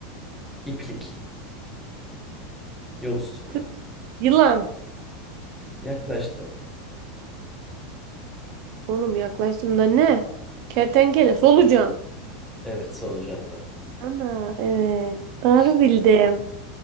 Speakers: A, in the centre; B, on the right (about 45°).
A: İplik. Yol üstünde.
B: Kır- Yılan.
A: Yaklaştın.
B: Oğlum yaklaştım da ne? Kertenkele, solucan.
A: Evet, solucan da.
B: Ana evet. Doğru
A: İşte
B: bildim.